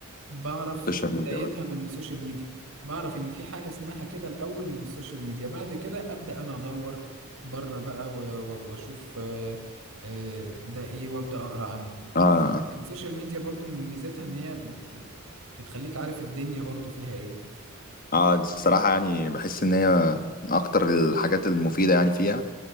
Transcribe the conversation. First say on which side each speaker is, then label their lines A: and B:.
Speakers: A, on the right; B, on the left.
A: بعرف
B: السوشيال
A: بدايتها
B: ميديا بس
A: من السوشيال ميديا بعرف ان في حاجة اسمها كده الاول من السوشيال ميديا بعد كده ابدا انا ادور بره بقى و- و- واشوف آه، آه، ده ايه وابدا اقرا عنه
B: اه
A: السوشيال ميديا برضو من ميزاتها ان هي بت بت بتخليك عارف الدنيا برضو فيها ايه
B: اه الصراحه يعني بحس ان هي من اكتر الحاجات المفيده يعني فيها